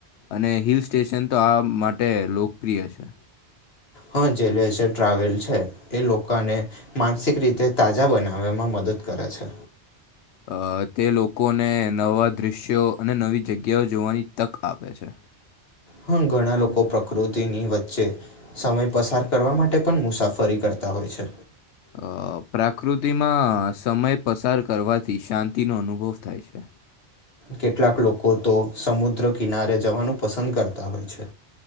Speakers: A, on the left; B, on the left.
A: અને હિલ સ્ટેશન તો આ માટે લોકપ્રિય છે.
B: હા જે લેઝર ટ્રાવેલ છે એ લોકાને માનસિક રીતે તાજા બનાવમાં મદદ દ કરે છે.
A: અ તે લોકોને નવા દૃશ્યો અને નવી જગ્યાઓ જોવાની તક આપે છે.
B: હમ ઘણા લોકો પ્રકૃતિની વચ્ચે સમય પસાર કરવા માટે પણ મુસાફરી કર તા હોય છે.
A: અ પ્રાકૃતિમાં સમય પસાર કરવાથી શાંતિનો અનુભવ થાય છે.
B: કેટલાક લોકો તો સમુદ્ર કિનારે જવાનું પસંદ કરતા હોય છે.